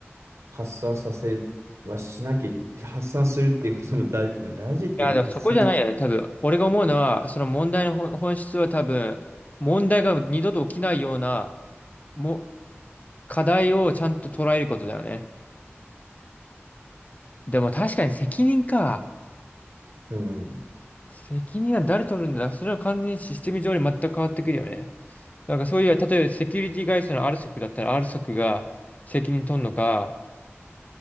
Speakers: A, on the right; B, on the left.
A: 発散させはしなきゃ、発散するっていうことも大、まあ大事っていうか、
B: いや、でもそこじゃないよね。
A: 発散し、
B: 多分、俺が思うのは、その問題の本本質は多分、問題が二度と起きないような、も、課題をちゃんと捉えることだよね。でも確かに責任か。
A: うん、
B: 責任は誰取るんだそれは完全にシステム上に全く変わってくるよね。なんかそういう、例えばセキュリティ会社の r s o クだったら r s o クが責任取るのか、